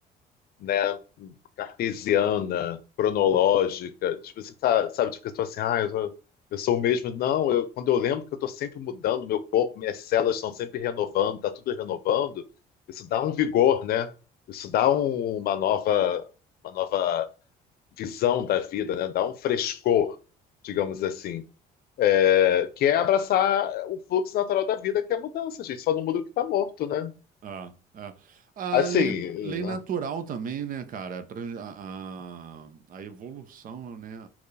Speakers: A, on the left; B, on the right.
A: né, cartesiana, cronológica. Tipo, você tá, sabe, tipo, que eu tô assim, ah, eu, sou- eu sou o mesmo. Não, eu, quando eu lembro que eu tô sempre mudando meu corpo, minhas células estão sempre renovando, tá tudo renovando, isso dá um vigor, né? Isso dá um- uma nova, uma nova visão da vida, né? Dá um frescor, digamos assim. É, que é abraçar o fluxo natural da vida, que é a mudança, gente. Só não muda o que está morto, né?
B: Ah, é. A
A: Assim,
B: lei, lei
A: né?
B: natural também, né, cara? A, trans- a, a- a evolução, né? A,